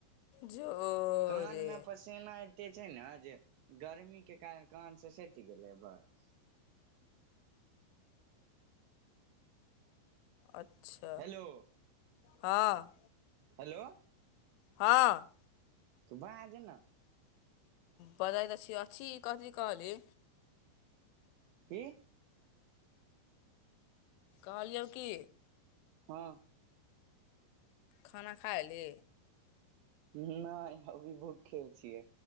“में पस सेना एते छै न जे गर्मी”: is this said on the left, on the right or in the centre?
Right